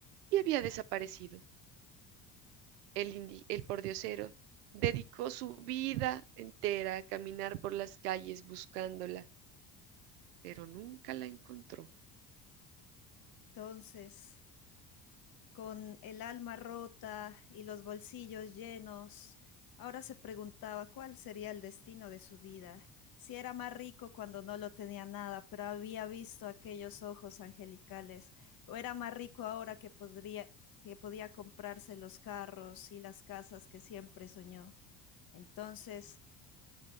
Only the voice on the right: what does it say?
y había desaparecido. El, indi- el pordiosero dedicó su vida entera a caminar por las calles buscándola, pero nunca la encontró.